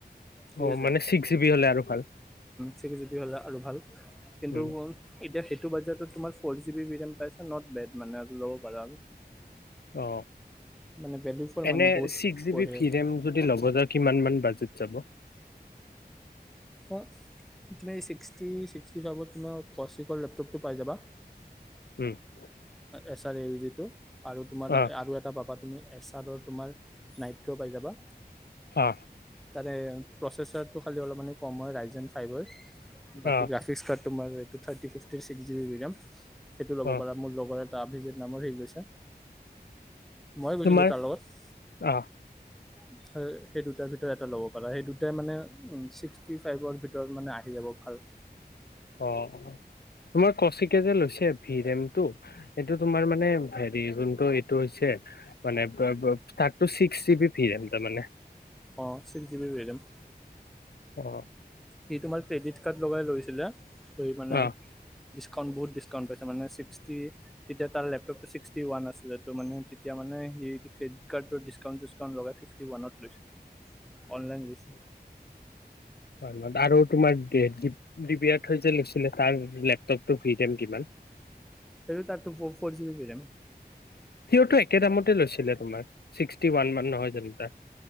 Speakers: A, in the centre; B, on the left.
A: ঠিক
B: অ
A: আছে
B: মানে ছিক্স জি বি হলে আৰু ভাল
A: ছিক্স জি বি হ'লে আৰু ভাল কিন্তু।
B: উম
A: এতিয়া সেইটো বত তোমাৰ ফ জ বি পাইা নট বেড মানে ল'বা পাৰা।
B: অ
A: মানে ভেলিউ ফৰ
B: এনে
A: মানি বহুত
B: ছিক্স জি
A: বঢ়িয়া
B: বি ভি ৰেম যদি লগ য। কিমান মান বাজিত যাব।
A: অ তুমিক্্স ফাইভত তুমাৰ কচিকৰ লেপটপটো পাই যাবা।
B: উম
A: এছ এল জি টো আৰু তোমাৰ
B: অ
A: আৰু এটা পাবা তুমি এছ। তাত তোমাৰ নাইট্য পাই যাবা।
B: অ
A: তাৰে প্ৰচেচাৰটো খালি অলপ কম হয়। ৰাইজেন ফাইভৰ, বাকী
B: অ
A: গ্ৰাফিক্স কাৰ্ড তোমাৰটো thirty fifty six G B RAM সেইটো ল'ব
B: অ
A: পাৰা। মোৰ লগৰ এ ত অভিজিত নামৰ শেৰি গৈছে। মই গৈছিলোঁ
B: তোমাৰ
A: তাৰ লগত।
B: অ
A: উ সেই দুটাৰ ভিতৰত এটা ল'ব পাৰাঁ সেই দুটাই মানে ছিক্সটি ফাইভৰ ভিতৰত মানে আহি যাব ভাল।
B: অ তোমাৰ কচিক যে লৈছে ভিৰেমটো। এইটো তোমাৰ মানে হেৰি যোনটো এইটো হৈছে। মানে ফাৰ্ ছিক্স জি বি তাৰ মানে।
A: অঁ ছিক্স জি বি ভেৰিয়েনট।
B: অ
A: সি তোমাৰ ক্ৰেডিট কাৰ্ড লগাই লৈছিলে ত মানে।
B: অ
A: ডিছকাউণ্ট বহুত ডিছকাউণ্ট পাইছে মানে চিষ্টি তেতিয়া তাৰ লেপটপটো চীষ্টি ৱান আছিলে ত' এতিয়া মানে ফ্লিপকাৰ্টত ডিছকাউণ্ট - চিছকাউণ্ট লগাই মানে ৱত ল <unintelligible>
B: উ'।
A: অনলাইন দিছো।
B: হয় আৰু তোমাৰ ডিবিয়াৰ থৈ যে লৈছিলে তাৰ লেপটপটো ফিজন কিমান?
A: সেইটো তাত ফৰ জিবি ৰেম।
B: সিয়াৰটো একে দামতে লৈছিলে তোমাৰ ছিক্সটি ওৱান মান নহয় জানো তাৰ?